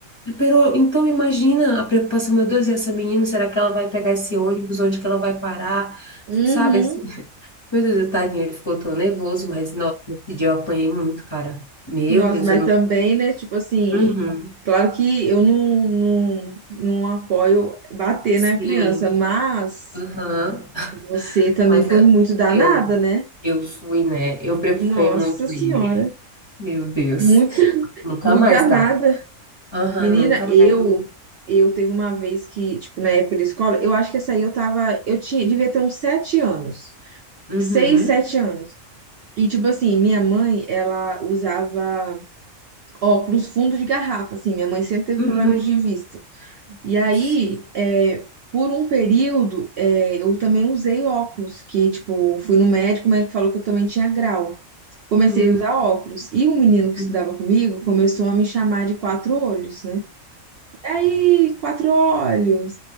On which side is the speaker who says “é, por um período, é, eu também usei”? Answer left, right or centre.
Right